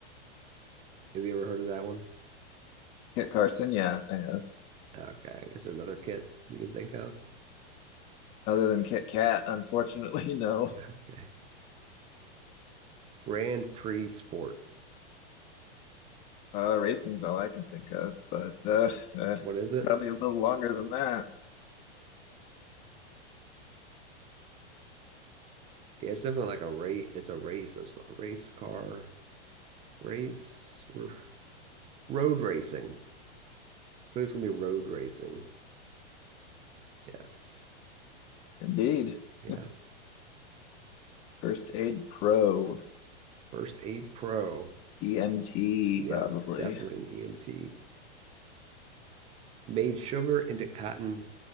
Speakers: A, on the right; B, on the left.
A: Have you ever heard of that one?
B: Kit Carson, yeah, I have.
A: Okay. Is there another kit you can think of?
B: Other than Kit Kat, unfortunately, <laughs> no.
A: <laughs> Okay. Grand Prix Sport.
B: Uh, racing's all I can think of, but uh, uh,
A: What is
B: it's
A: it?
B: probably a little longer than that.
A: Yeah, it's definitely like a race. It's a race of some race car race r road racing. But it's gonna be road racing. Yes,
B: Indeed.
A: yes.
B: <laughs> First Aid Pro,
A: First aid pro.
B: EMT,
A: Yep,
B: probably.
A: definitely an EMT. Made sugar into cotton